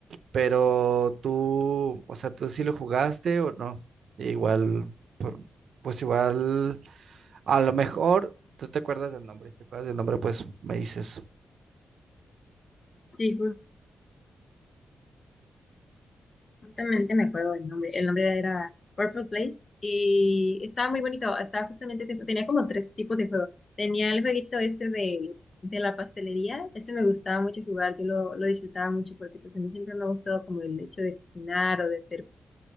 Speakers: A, on the right (about 65°); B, on the left (about 30°).
A: Pero tú, o sea, ¿tú sí lo jugaste o no? Igual pues igual, a lo mejor tú te acuerdas del nombre, si te acuerdas del nombre, pues me dices.
B: Sí, Justamente me acuerdo del nombre. El nombre era Purple Place y estaba muy bonito. Estaba justamente ese, tenía como tres tipos de juego. Tenía el jueguito ese de, de la pastelería. Ese me gustaba mucho jugar. Yo lo, lo disfrutaba mucho porque pues a mí siempre me ha gustado como el hecho de cocinar o de hacer